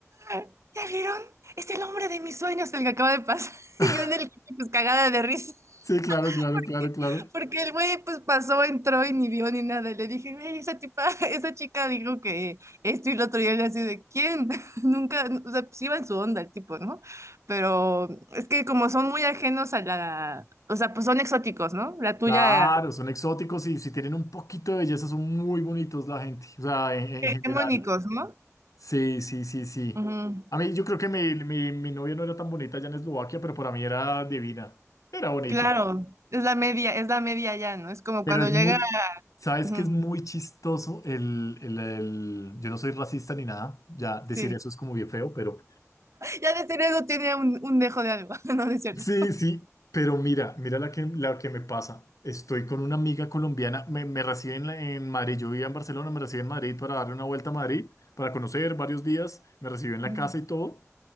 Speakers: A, on the right (about 60°); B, on the left (about 80°).
A: "Ah, ¿ya vieron? Es el hombre de mis sueños el que acaba de pasar. <laughs>
B: <laughs>
A: Y yo en el, pues cagada de risa.
B: Sí, claro, claro,
A: <laughs>
B: claro, claro.
A: Porque el güey pues pasó, entró y ni vio ni nada. Le dije, güey, esa tipa, <laughs> esa chica dijo que esto y lo otro. Y él así de, ¿quién? <laughs> Nunca, o sea, pues iba en su onda el tipo, ¿no? Pero es que como son muy ajenos a la, o sea, pues son exóticos, ¿no? La tuya,
B: Claro, son exóticos y si tienen un poquito de belleza son muy bonitos la gente, o sea, en, en
A: eh,
B: general.
A: hegemónicos, ¿no?
B: Sí, sí, sí, sí.
A: Ujú.
B: A mí yo creo que mi, mi, mi novia no era tan bonita allá en Eslovaquia, pero para mí era divina. Era bonita.
A: Claro, es la media, es la media ya, ¿no? Es como
B: Pero
A: cuando
B: es
A: llega,
B: muy, ¿sabes
A: ujú,
B: que es muy chistoso el, el, el- yo no soy racista ni nada, ya decir
A: sí.
B: eso es como bien feo, pero
A: Ya de ser eso tiene un, un dejo de algo, <laughs> ¿no? No es cierto.
B: sí, sí, pero mira, mira la que, la que me pasa. Estoy con una amiga colombiana, me, me recibe en, la- en Madrid, yo vivía en Barcelona, me recibe en Madrid para darle una vuelta a Madrid, para conocer varios días, me recibió en la
A: Ujú.
B: casa y todo.